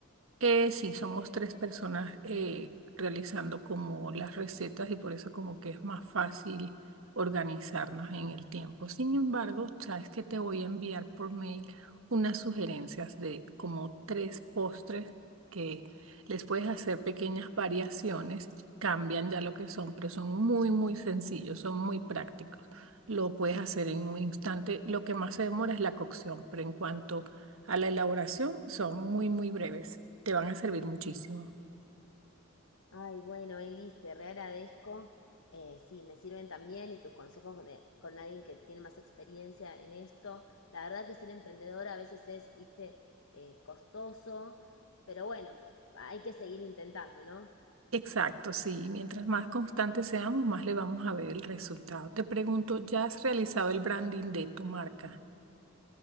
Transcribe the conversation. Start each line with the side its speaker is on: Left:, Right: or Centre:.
Right: Eh, sí, somos tres personas eh, realizando como las recetas y por eso como que es más fácil organizarnos en el tiempo. Sin embargo, sabes que te voy a enviar por mail unas sugerencias de como tres postres que les puedes hacer pequeñas variaciones y cambian ya lo que son, pero son muy, muy sencillos, son muy prácticos. Lo puedes hacer en un instante. Lo que más se demora es la cocción, pero en cuanto a la elaboración, son muy, muy breves. Te van a servir muchísimo.
Left: Ay, bueno, Elis, te re agradezco. Eh, sí, me sirven también y tus consejos de, con alguien que tiene más experiencia en esto. La verdad que ser emprendedora a veces es, viste, eh, costoso, pero bueno, hay que seguir intentando, ¿no?
Right: Exacto, sí. Mientras más constantes seamos, más le vamos a ver el resultado. Te pregunto, ¿ya has realizado el branding de tu marca?